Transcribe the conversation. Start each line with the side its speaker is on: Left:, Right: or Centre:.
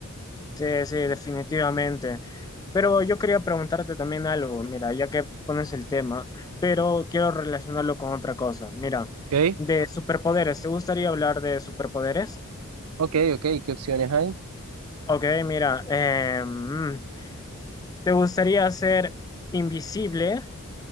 Left: sí, sí, definitivamente. Pero yo quería preguntarte también algo, mira, ya que pones el tema, pero quiero relacionarlo con otra cosa. Mira,
Right: ¿Ok?
Left: de superpoderes, ¿te gustaría hablar de superpoderes?
Right: Ok, ok, ¿qué opciones hay?
Left: Ok, mira, eh, mm, ¿te gustaría ser invisible